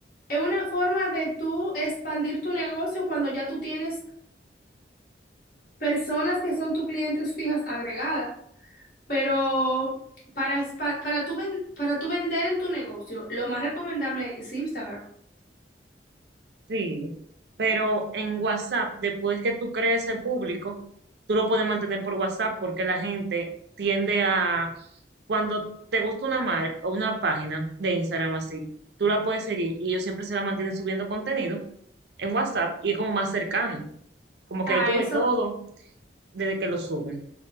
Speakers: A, on the left; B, on the right.
A: es una forma de tú expandir tu negocio cuando ya tú tienes personas que son tus clientes fijas agregadas, pero para, espa- para, tú ven- para tú vender en tu negocio, lo más recomendable es Instagram.
B: Sí, pero en WhatsApp, después que tú crees ese público, tú lo puedes mantener por WhatsApp porque la gente tiende a, cuando te gusta una marca o una página de Instagram así, tú la puedes seguir y ellos siempre se la mantienen subiendo contenido en WhatsApp y es como más cercano, como que
A: Ah,
B: ahí tuve
A: eso,
B: todo desde que lo suben.